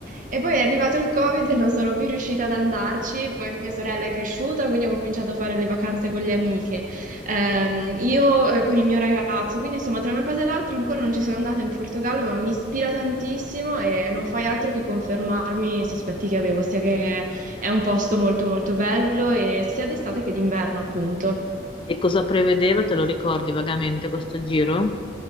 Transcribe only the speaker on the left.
E cosa prevedeva? Te lo ricordi vagamente questo giro?